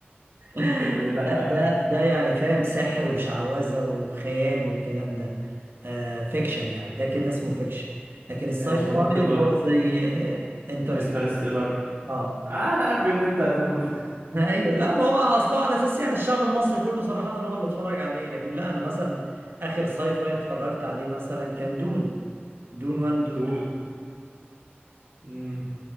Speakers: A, on the right; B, on the right.
A: <laughs>
B: <laughs> ندقق
A: ده ده
B: بقى
A: ده يعني فاهم سحر وشعوذة وخيال والكلام ده آه فيكشن يعني ده كده اسمه فيكشن لكن الساي
B: ايش ده
A: فاي
B: ممكن
A: اللي
B: نقول
A: هو زي انترستيلر
B: انترستيلر
A: اه Interstellar. آه.
B: آه انا عارف ان انت هتقوله
A: ايوه لا ما هو اصله على اساس يعني الشعب المصري كله صراحة هو اللي اتفرج عليه لكن لا انا مثلا اخر ساي فاي اتفرجت عليه مثلا كان دون دون 1
B: <laughs>
A: دون
B: دون
A: 2
B: مم.